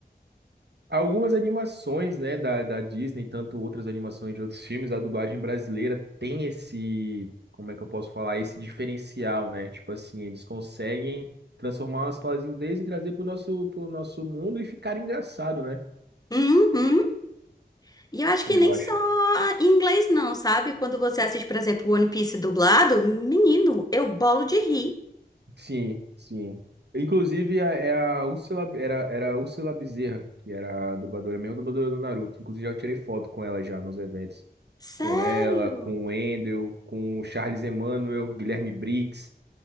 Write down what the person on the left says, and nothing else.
Uhum. E eu acho que
nem
só em inglês não, sabe? Quando você assiste, por exemplo, One Piece dublado, menino, eu bolo de rir.
Sério.